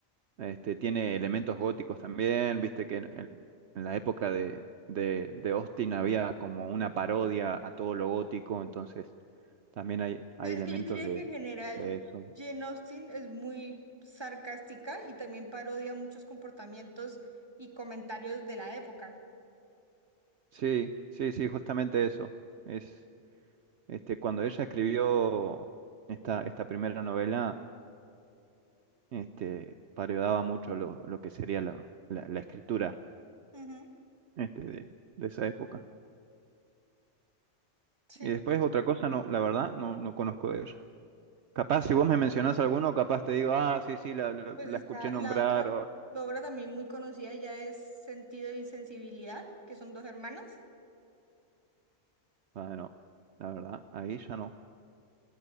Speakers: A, on the right; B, on the right.
A: Este, tiene elementos góticos también, viste que en, en- en la época de, de, de Austin había como una parodia a todo lo gótico, entonces también hay,
B: Es
A: hay elementos
B: que yo diría
A: de,
B: que en general
A: de eso.
B: Jane Austen es muy sarcástica y también parodia muchos comportamientos y comentarios de la época.
A: Sí, sí, sí, justamente eso. Es, este, cuando ella escribió esta, esta primera novela, este, parodiaba mucho lo, lo que sería la, la la escritura
B: Ujú,
A: este, de, de esa época.
B: Sí,
A: Y después otra cosa, no, la verdad, no, no conozco de ella. Capaz si vos me mencionás alguno, capaz te digo, ah, sí, sí, la, la,
B: pues
A: la
B: está
A: escuché
B: la
A: nombrar
B: otra
A: o...
B: obra también muy conocida ya es Sentido y Sensibilidad, que son dos hermanas.
A: Ah, no, la verdad, ahí ya no.